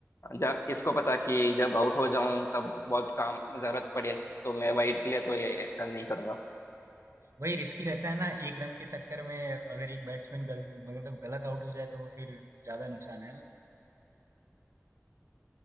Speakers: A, on the left; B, on the right.
A: जा, किसको पता कि जब आउट हो जाऊं तब बहुत काम जरूरत पड़े तो मैं वाइड के लिए तो ये ऐसा नहीं करूंगा
B: वही रिस्की रहता है ना, एक रन के चक्कर में अगर एक बैट्समैन गल मतलब गलत आउट हो जाए तो फिर ज़्यादा नुकसान है ना।